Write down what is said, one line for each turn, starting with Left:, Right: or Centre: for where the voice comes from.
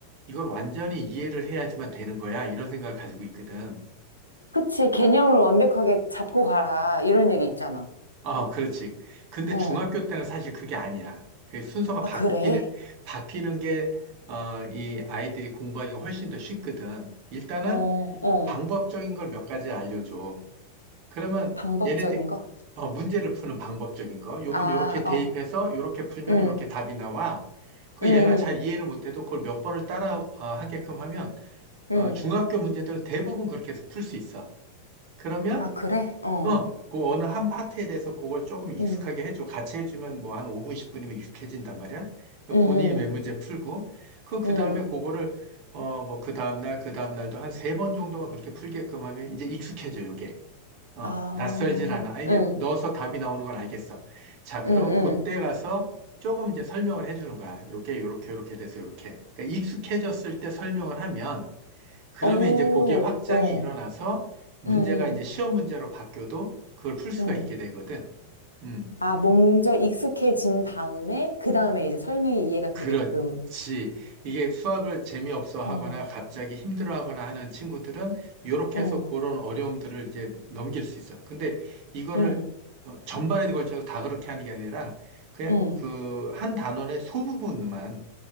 Right: 이걸 완전히 이해를 해야지만 되는 거야. 이런 생각을 가지고 있거든.
Left: 그치, 개념을 완벽하게 잡고 가라. 이런 얘기 있잖아.
Right: 어, 그렇지. 근데
Left: 응,
Right: 중학교 때는 사실 그게 아니야. 그 순서가
Left: 아,
Right: 바뀌는,
Left: 그래?
Right: 바뀌는 게, 어, 이 아이들이 공부하기가 훨씬 더 쉽거든. 일단은
Left: 어, 어.
Right: 방법적인 걸 몇 가지 알려줘. 그러면
Left: 방법적인
Right: 얘네들
Left: 거?
Right: 어, 문제를 푸는 방법적인 거. 요건
Left: 아,
Right: 요렇게 대입해서
Left: 어.
Right: 요렇게 풀면
Left: 응,
Right: 요렇게 답이 나와. 그
Left: 응,
Right: 얘가 잘
Left: 응,
Right: 이해를 못해도 그걸 몇 번을 따라 어, 하게끔 하면
Left: 응.
Right: 어, 중학교 문제들은 대부분 그렇게 해서 풀 수 있어. 그러면
Left: 아, 그래? 어,
Right: 어, 그 어느 한 파트에 대해서 그걸 조금 익숙하게
Left: 응,
Right: 해줘. 같이 해주면 뭐 한 5분, 10분이면 익숙해진단 말이야. 그
Left: 응,
Right: 본인이
Left: 응.
Right: 몇 문제 풀고 그 그
Left: 응,
Right: 다음에 그거를 어, 뭐 그 다음날 그 다음날도 한 세 번 정도만 그렇게 풀게끔 하면 이제 익숙해져 요게. 어,
Left: 아,
Right: 낯설질 않아. 아, 이게
Left: 응,
Right: 넣어서 답이 나오는 건 알겠어. 자, 그러면
Left: 응, 응.
Right: 그때 가서 조금 이제 설명을 해주는 거야. 요게 요렇게 요렇게 돼서 요렇게. 그러니까 익숙해졌을 때 설명을 하면 그러면
Left: 어, 어,
Right: 이제 그게 확장이 일어나서 문제가
Left: 응, 응.
Right: 이제 시험 문제로 바뀌어도 그걸 풀 수가
Left: 응
Right: 있게 되거든. 음.
Left: 아, 먼저 익숙해진 다음에, 그 다음에 이제 설명이 이해가
Right: 그렇지.
Left: 되게끔.
Right: 이게 수학을 재미없어 하거나
Left: 어,
Right: 갑자기 힘들어 하거나 하는 친구들은 이렇게
Left: 응,
Right: 해서 그런 어려움들을 이제 넘길 수 있어. 근데 이거를
Left: 응,
Right: 어, 전반에 걸쳐서 다 그렇게 하는 게 아니라 그냥
Left: 응,
Right: 그 한 단원의 소부분만,